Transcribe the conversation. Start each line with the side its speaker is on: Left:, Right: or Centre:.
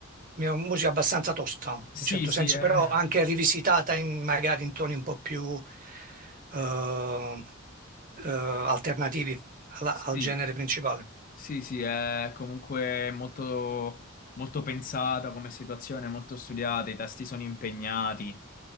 Right: Mio- Musica abbastanza tosta,
Left: Sì,
Right: in certo
Left: sì,
Right: senso,
Left: è...
Right: però anche rivisitata in, magari in toni un po' più eh, eh, alternativi alla-
Left: sì,
Right: al genere principale.
Left: sì, sì, è comunque molto, molto pensata come situazione, molto studiata, i testi sono impegnati.